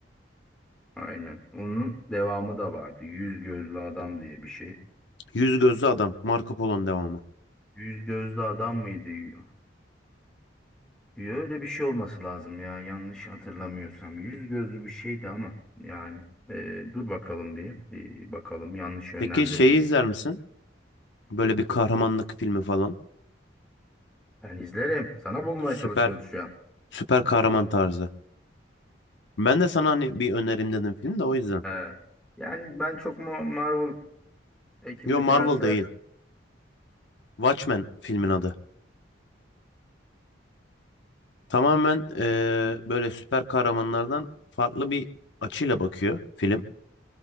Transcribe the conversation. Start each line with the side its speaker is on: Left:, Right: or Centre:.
Centre: aynen. Onun devamı da vardı. Yüz gözlü adam diye bir şey.
Left: Yüz Gözlü Adam. Marco Polo'nun devamı.
Centre: Yüz gözlü adam mıydı? Y- Öyle bir şey olması lazım ya. Yanlış hatırlamıyorsam. Yüz gözlü bir şeydi ama yani e, dur bakalım bir, bir bakalım yanlış yönlendirmeye.
Left: Peki şeyi izler misin? Böyle bir kahramanlık filmi falan.
Centre: Ben izlerim. Sana bulmaya
Left: Süper
Centre: çalışıyoruz şu an.
Left: süper kahraman tarzı. Ben de sana hani bir önerim dedim film de o yüzden.
Centre: E, yani ben çok Mo- Marvel ekibini
Left: Yo Marvel
Centre: filan sevmem.
Left: değil. Watchmen filmin adı. Tamamen eee, böyle süper kahramanlardan farklı bir açıyla bakıyor film.